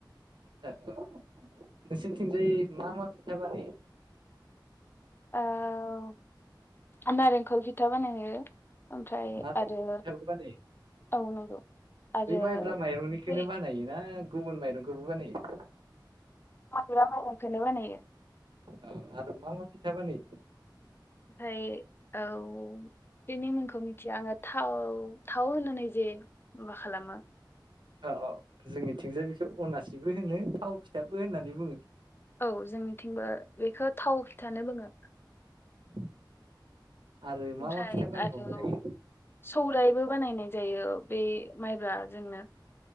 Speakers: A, on the right (about 75°); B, on the left (about 30°).
A: औ औ नोंसिनिथिंजाय मा मा फैथा बानायो?
B: औ नारेंखल फिथा बानायो। ओमफ्राय
A: मा फिथाबो
B: आरो
A: बानायो
B: औ नंगौ। आरो
A: बै माइब्रा माइरंनिखोनो
B: बे
A: बानायोना गुबुन माइरंखौबो बानायो?
B: माइब्रा माइरखौनो बानायो।
A: औ आरो मा मा फिथा बानायो।
B: ओमफ्राय औ बेनि मुंखौ मिथिया आङो थाव थाव होनो नै जे मा खालामो।
A: औ औ जोंनि थिंजाय बिखौ अनासिबो होनो थाव फिथाबो होननानै बुङो।
B: औ जोंनिथिंबो बेखौ थाव फिथानो बुङो
A: <inaudible>
B: ओमफ्राय
A: मा मा फिथा बानायबावनो
B: आरो
A: हायो
B: सौरायबो बानायनाय जायो बे माइब्रा जोंनो